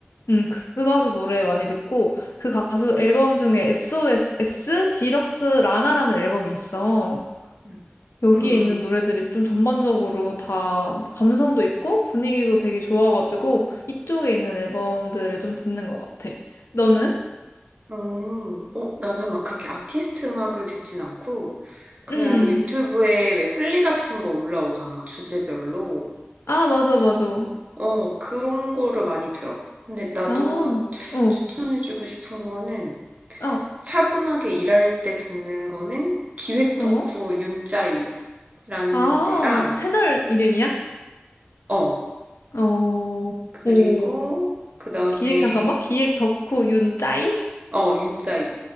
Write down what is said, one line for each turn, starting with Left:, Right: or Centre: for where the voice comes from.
Left: 음, 그, 그 가수 노래 많이 듣고, 그 가수 앨범 중에 SOS 디럭스 라나라는 앨범이 있어.
Right: 응,
Left: 여기에
Right: 응, 응.
Left: 있는 노래들이 좀 전반적으로 다 감성도 있고 분위기도 되게 좋아가지고 이쪽에 있는 앨범들을 좀 듣는 것 같아. 너는?
Right: 음. 어, 나는 막 그렇게 아티스트 음악을 듣진 않고 그냥
Left: 음,
Right: 유튜브에 왜 플리 같은 거 올라오잖아, 주제별로.
Left: 아, 맞아, 맞아.
Right: 어, 그런 거를 많이 들어. 근데 나도
Left: 아, 어,
Right: 추천해주고 싶은 거는
Left: 어,
Right: 차분하게 일할 때 듣는 거는 기획
Left: 어.
Right: 덕후 윤짜이라는
Left: 아,
Right: 데랑
Left: 채널 이름이야?
Right: 어
Left: 어,
Right: 그리고
Left: 오.
Right: 그 다음에
Left: 기획, 잠깐만. 기획 덕후 윤짜이?
Right: 어 윤짜이